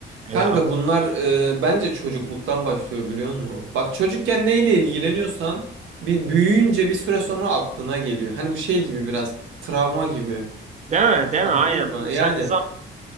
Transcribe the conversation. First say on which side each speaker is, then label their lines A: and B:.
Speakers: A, on the right; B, on the right.
A: Kanka
B: yani akıl
A: bunlar e, bence çocukluktan başlıyor biliyor musun? Bak çocukken neyle ilgileniyorsan bir büyüyünce bir süre sonra aklına geliyor. Hani bu şey gibi biraz travma gibi.
B: değil mi? Değil mi?
A: Anladın
B: Aynen.
A: mı?
B: Bu sen
A: Yani
B: zam